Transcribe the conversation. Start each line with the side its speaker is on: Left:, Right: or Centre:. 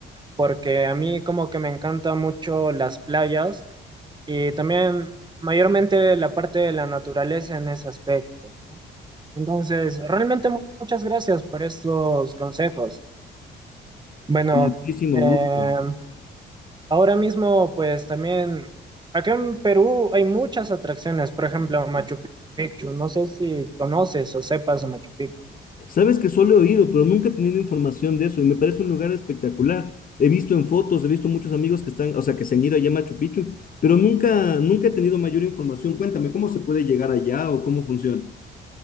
Right: porque a mí como que me encanta mucho las playas. y también mayormente la parte de la naturaleza en ese aspecto, ¿no? Entonces, realmente mu- muchas gracias por estos consejos. Bueno,
Left: Con muchísimo
Right: eh,
Left: gusto.
Right: ahora mismo, pues también, acá en Perú hay muchas atracciones, por ejemplo, Machu Picchu. No sé si conoces o sepas de Machu Picchu.
Left: Sabes que solo he oído, pero nunca he tenido información de eso y me parece un lugar espectacular. He visto en fotos, he visto muchos amigos que están, o sea, que se han ido allá a Machu Picchu, pero nunca, nunca he tenido mayor información. Cuéntame, ¿cómo se puede llegar allá o cómo funciona?